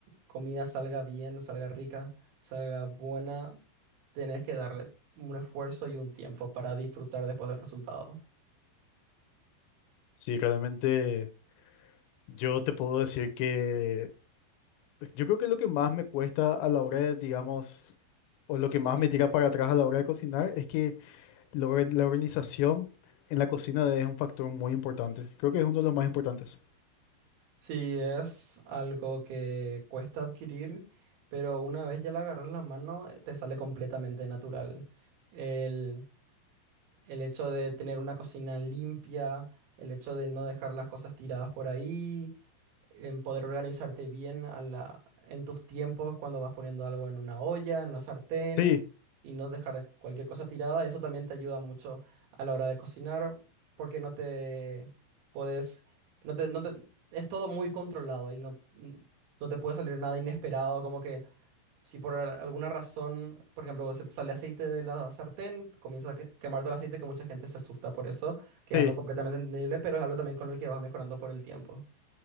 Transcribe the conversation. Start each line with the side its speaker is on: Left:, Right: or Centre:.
Right: comida salga bien, salga rica, salga buena, tenés que darle un esfuerzo y un tiempo para disfrutar después del resultado.
Left: Sí, realmente. Yo te puedo decir que yo creo que lo que más me cuesta a la hora de, digamos, o lo que más me tira para atrás a la hora de cocinar es que la or- la organización en la cocina es un factor muy importante. Creo que es uno de los más importantes.
Right: Sí, es algo que cuesta adquirir, pero una vez ya le agarras la mano, eh, te sale completamente natural. El, el hecho de tener una cocina limpia, el hecho de no dejar las cosas tiradas por ahí, en poder organizarte bien a la, en tus tiempos cuando vas poniendo algo en una olla, en una sartén
Left: Sí,
Right: y no dejar cualquier cosa tirada. Eso también te ayuda mucho a la hora de cocinar porque no te puedes, no te, no te- es todo muy controlado y no, n- no te puede salir nada inesperado, como que si por al- alguna razón, por ejemplo, se te sale aceite de la sartén, comienza a que- quemarte el aceite, que mucha gente se asusta por eso, que
Left: sí.
Right: es algo completamente entendible, pero es algo también con el que vas mejorando por el tiempo.